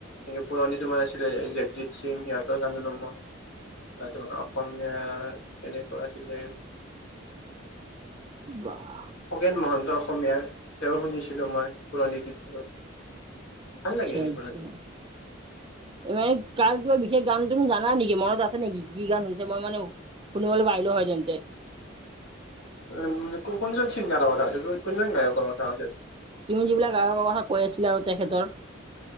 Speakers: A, on the left; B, on the right.
A: এনেকে পুৰণি তোমাৰ আছিলে যে আৰ্জিত সিং সিহঁতৰ গান শুনো মই বা তোমাৰ অসমীয়া কেনেকুৱা আছিলে
B: বাহ।
A: খগেন মহন্ত অসমীয়াৰ তেওঁ শুনিছিলোঁ মই পুৰণি গীতবোৰ। ভাল
B: আচ্ছা
A: লাগে সেইবোৰ
B: আচ্ছা।
A: শুনি
B: এ মানে কাৰ কিবা বিশেষ গান তুমি জানা নেকি মনত আছে নেকি? কি গান হৈছে মই মানে শুনিবলে পাৰিলো হয় তেন্তে।
A: উম', কোনজন ছিংগাৰৰ কথা কৈছা তুমি কোনজন গায়ককৰ কথা কৈছা
B: তুমি যিবিলাক গায়ক কথা কৈ আছিলা আৰু তেখেতৰ